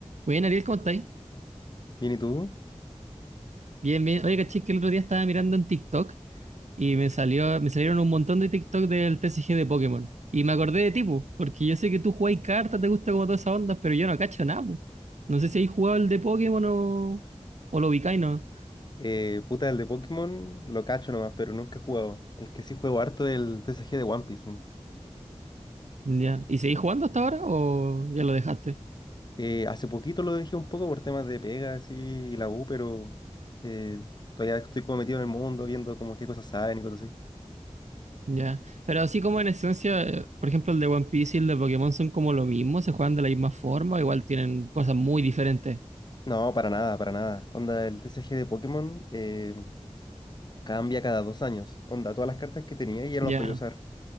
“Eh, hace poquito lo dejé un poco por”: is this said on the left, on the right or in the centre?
Left